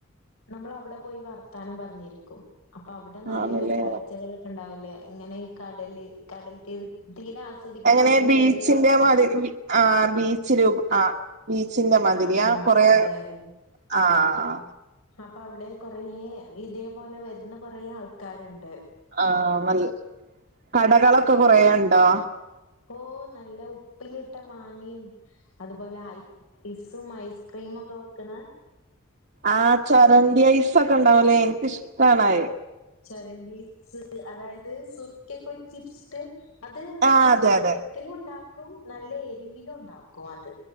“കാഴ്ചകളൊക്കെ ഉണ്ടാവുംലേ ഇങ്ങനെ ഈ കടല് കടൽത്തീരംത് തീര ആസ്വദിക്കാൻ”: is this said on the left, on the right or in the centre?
Left